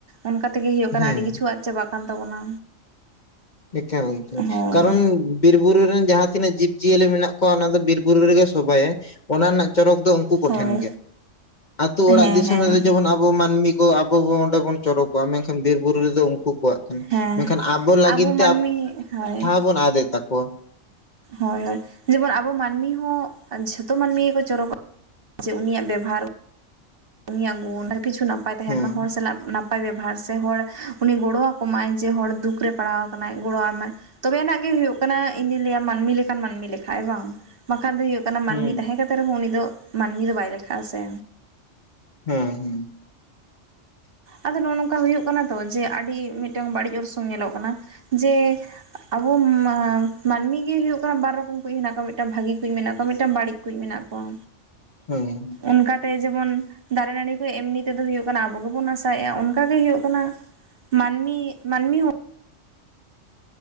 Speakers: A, on the right; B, on the left.
A: ᱚᱱᱠᱟ ᱛᱮᱜᱮ ᱦᱩᱭᱩᱜ ᱠᱟᱱᱟ
B: ᱦᱮᱸ
A: ᱟᱹᱰᱤ ᱠᱤᱪᱷᱩ ᱟᱫ ᱪᱟᱵᱟᱜ ᱠᱟᱱ ᱛᱟᱵᱚᱱᱟ᱾
B: ᱮᱠᱟᱞ ᱜᱚᱝᱠᱮ
A: ᱦᱳᱭ
B: ᱠᱟᱨᱚᱱ ᱵᱤᱨ ᱵᱩᱨᱩᱨ ᱨᱮᱱ ᱡᱟᱦᱟᱸ ᱛᱤᱱᱟᱹᱜ ᱡᱤᱵᱽ ᱡᱤᱭᱟᱹᱞᱤ ᱢᱮᱱᱟᱜ ᱠᱚᱣᱟ ᱚᱱᱟ ᱫᱚ ᱵᱤᱨ ᱵᱩᱨᱩ ᱨᱮᱜᱮ ᱥᱚᱵᱟᱭᱟᱭ᱾ ᱚᱱᱟ ᱨᱮᱱᱟᱜ ᱪᱚᱨᱚᱠ ᱫᱚ ᱩᱱᱠᱩ ᱠᱚᱴᱷᱮᱱ
A: ᱦᱳᱭ
B: ᱜᱮ᱾ ᱟᱹᱛᱩ ᱚᱲᱟᱜ
A: ᱦᱮᱸ
B: ᱫᱤᱥᱚᱢ
A: ᱦᱮᱸ
B: ᱨᱮᱫᱚ ᱡᱮᱢᱚᱱ ᱟᱵᱚ ᱢᱟᱹᱱᱢᱤ ᱠᱚ ᱟᱵᱚ ᱵᱚ ᱚᱸᱰᱮ ᱵᱚᱱ ᱪᱚᱨᱚᱠ ᱠᱚᱜᱼᱟ᱾ ᱢᱮᱱᱠᱷᱟᱱ ᱵᱤᱨ ᱵᱩᱨᱩ ᱨᱮᱫᱚ ᱩᱱᱠᱩ ᱠᱚᱣᱟᱜ ᱠᱟᱱᱟ᱾
A: ᱦᱮᱸ
B: ᱢᱮᱱᱠᱷᱟᱱ ᱟᱵᱚ ᱞᱟᱹᱜᱤᱱ
A: ᱢᱟᱹᱱᱢᱤ ᱦᱳᱭ
B: ᱵᱚᱱ ᱟᱫᱮᱫ ᱛᱟᱠᱚᱣᱟ᱾
A: ᱦᱳᱭ ᱦᱳᱭ᱾ ᱡᱮᱢᱚᱱ ᱟᱵᱚ ᱢᱟᱹᱱᱢᱤ ᱦᱚᱸ ᱡᱷᱚᱛᱚ ᱢᱟᱹᱱᱢᱤ ᱜᱮᱠᱚ ᱪᱚᱨᱚᱠᱚᱜ ᱡᱮ ᱩᱱᱤᱭᱟᱜ ᱵᱮᱵᱚᱦᱟᱨ ᱩᱱᱤᱭᱟᱜ ᱜᱩᱱ ᱟᱨ ᱠᱤᱪᱷᱩ ᱱᱟᱯᱟᱭ ᱛᱟᱦᱮᱱ
B: ᱦᱮᱸ
A: ᱢᱟ, ᱦᱚᱲ ᱥᱟᱞᱟᱜ ᱱᱟᱯᱟᱭ ᱵᱮᱵᱚᱦᱟᱨ ᱥᱮ ᱦᱚᱲ ᱩᱱᱤ ᱜᱚᱲᱚ ᱟᱠᱚᱢᱟᱭ᱾ ᱡᱮ ᱦᱚᱲ ᱫᱩᱠ ᱨᱮ ᱯᱟᱲᱟᱣ ᱠᱟᱱᱟᱭ ᱡᱮ ᱜᱚᱲᱚ ᱟᱭᱢᱟᱭ ᱛᱚᱵᱮ ᱟᱱᱟᱜ ᱜᱮ ᱦᱩᱭᱩᱜ ᱠᱟᱱᱟ ᱤᱧ ᱫᱩᱧ ᱞᱟᱹᱭᱟ ᱢᱟᱹᱱᱢᱤ ᱞᱮᱠᱟᱱ ᱢᱟᱹᱱᱢᱤ ᱞᱮᱠᱷᱟ ᱟᱭ ᱵᱟᱝ᱾ ᱵᱟᱠᱷᱟᱱ ᱫᱚ ᱦᱩᱭᱩᱜ ᱠᱟᱱᱟ ᱢᱟᱹᱱᱢᱤ
B: ᱦᱩᱸ
A: ᱛᱟᱦᱮᱸ ᱠᱟᱛᱮ ᱨᱮᱦᱚᱸ ᱩᱱᱤ ᱫᱚ ᱢᱟᱹᱱᱢᱤ ᱫᱚ ᱵᱟᱭ ᱞᱮᱠᱷᱟᱜᱼᱟ ᱥᱮ
B: ᱦᱮᱸ ᱦᱩᱸ᱾
A: ᱟᱫᱚ ᱱᱚᱸᱜ-ᱚ ᱱᱚᱝᱠᱟ ᱦᱩᱭᱩᱜ ᱠᱟᱱᱟ ᱛᱚ ᱡᱮ ᱟᱹᱰᱤ ᱢᱤᱫᱴᱟᱝ ᱵᱟᱹᱲᱤᱡ ᱚᱨᱥᱚᱝ ᱧᱮᱞᱚᱜ ᱠᱟᱱᱟ ᱡᱮ ᱟᱵᱚ ᱢᱟ ᱢᱟᱹᱱᱢᱤ ᱜᱮ ᱦᱩᱭᱩᱜ ᱠᱟᱱᱟ ᱵᱟᱨ ᱨᱚᱠᱚᱢ ᱠᱩᱭᱤᱡ ᱦᱮᱱᱟᱜ ᱠᱚᱣᱟ ᱢᱤᱫᱴᱟᱝ ᱵᱷᱟᱹᱜᱤ ᱠᱩᱡ ᱢᱮᱱᱟᱜ ᱠᱚᱣᱟ ᱢᱤᱫᱴᱟᱝ ᱵᱟᱹᱲᱤᱡ᱾ ᱠᱩᱡ ᱢᱮᱱᱟᱜ ᱠᱚᱣᱟ᱾
B: ᱦᱮᱸ᱾
A: ᱚᱱᱠᱟᱛᱮ ᱡᱮᱢᱚᱱ ᱫᱟᱨᱮ ᱱᱟᱹᱲᱤ ᱠᱚ ᱮᱢᱱᱤ ᱛᱮᱫᱚ ᱦᱚᱭᱩᱜ ᱠᱟᱱᱟ ᱟᱵᱚ ᱜᱮᱵᱚᱱ ᱟᱥ ᱛᱟᱭᱮ-ᱟ ᱚᱱᱠᱟ ᱜᱮ ᱦᱩᱭᱩᱜ ᱠᱟᱱᱟ ᱢᱟᱹᱱᱢᱤ ᱢᱟᱹᱱᱢᱤ ᱦᱩ